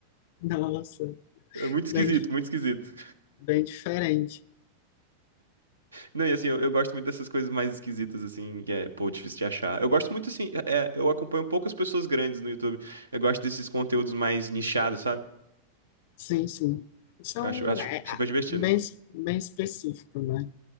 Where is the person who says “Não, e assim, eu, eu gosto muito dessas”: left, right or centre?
Right